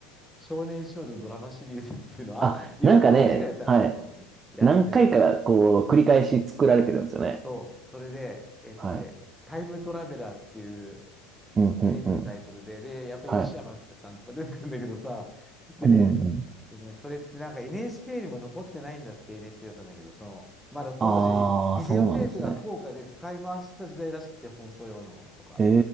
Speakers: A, in the centre; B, on the right (about 30°).
A: 少年少女ドラマシリーズっていうのを朝、
B: あ、
A: 夕方6時からいさ、
B: なんかね、はい。
A: そうそうそう、やっててね、
B: 何回かこう、繰り返し作られてるんですよね。
A: そう、それで、えっとね、
B: はい。
A: タイムトラベラーっていう、
B: うん、うん、
A: テレビのタイトルで、
B: うん。
A: で、やっぱり吉山さんとか出てくるんだけどさ、
B: はい。
A: でね、
B: うん、うん。
A: でね、それってなんか NHK にも残ってないんだって NHK だったんだけど、その、まだ当時、
B: ああ、
A: ビデオテープが高価で使い回してた時代らしくて、
B: そうなんですね。
A: 放送用のとか。
B: へ